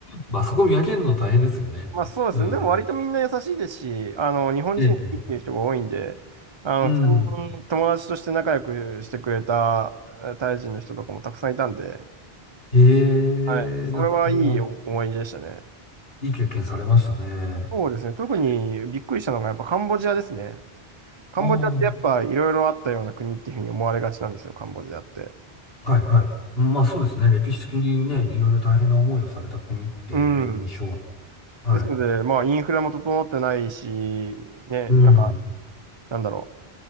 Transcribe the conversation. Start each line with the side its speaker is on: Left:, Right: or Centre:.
Left: まあそこ見分けるの大変ですよね。
Right: まあそうですね。
Left: うん。
Right: でも割とみんな優しいですし、あの、日本人好きっていう人が多いんで、
Left: ええ、
Right: あの、
Left: うん。
Right: 普通に友達として仲良くしてくれたえータイ人の人とかもたくさんいたんで、
Left: ええ、
Right: はい。それはいい思い出でしたね。
Left: なんかこれはいい経験されましたね。
Right: そうですね。特にびっくりしたのがやっぱカンボジアですね。カンボジアってやっぱいろいろあったような国っていうふうに思われがちなんですよ、
Left: ああ。
Right: カンボジアって。
Left: はいはい。まあそうですね。歴史的にね、いろいろ大変な思いをされた国っていう印象は。
Right: うん。
Left: はい。
Right: ですので、まあ、インフラも整ってないし、ね、
Left: うん。
Right: なんか、なんだろ